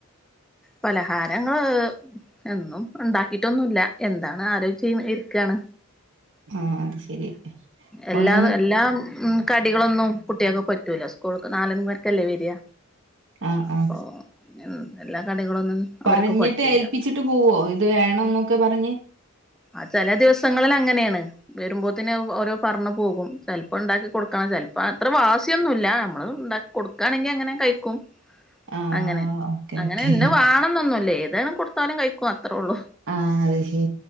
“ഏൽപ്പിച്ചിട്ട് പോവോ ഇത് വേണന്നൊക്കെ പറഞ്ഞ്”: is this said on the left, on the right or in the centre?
Right